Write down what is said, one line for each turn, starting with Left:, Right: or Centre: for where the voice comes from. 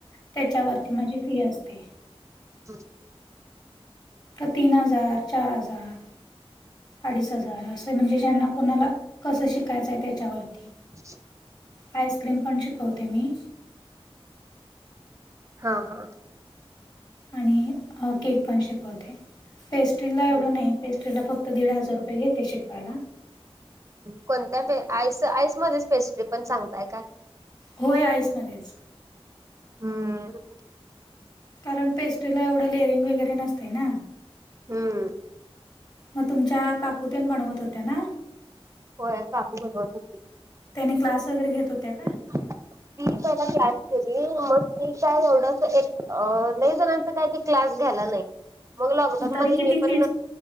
Left: त्याच्यावरती माझी फ्री अस. ते.
Right: हां.
Left: तर तीन हजार चार हजार. अडीच हजार असं म्हणजे ज्यांना कुणाला कसं शिकायचंय त्याच्यावरती.
Right: <unintelligible>
Left: आईस्क्रीम पण शिकवते मी.
Right: हा, हा,
Left: आणि,, केक पण शिकवते,, पेस्ट्रीला
Right: हम्म
Left: एवढं नाही,, पेस्ट्री ला फक्त दीड हजार रुपये घेते शिकवायला,
Right: कोणत्या प,, आईस,, आईस मध्येच पेस्ट्री पण सांगताय का?
Left: होय आईसमध्येच
Right: हम्म
Left: कारण पेस्ट्रीला एवढं लेअरिंग वगैरे नसते ना.
Right: हम्म
Left: मग तुमच्या काकुतेन बनवत होत्या ना.
Right: होय काकू बनवत होती.
Left: त्यानी क्लास वगैरे घेत होत्या का?
Right: <unintelligible> त त्यायला क्लास केली मग ती काय एवढ एक ल जणांच काय क्लास घ्याला नाही. मग लॉकडाऊन
Left: तरी
Right: मध्ये
Left: किती
Right: मी पण
Left: फी